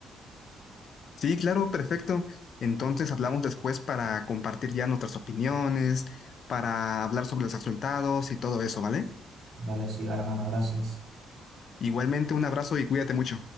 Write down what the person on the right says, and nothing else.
Vale, sí, hermano, gracias.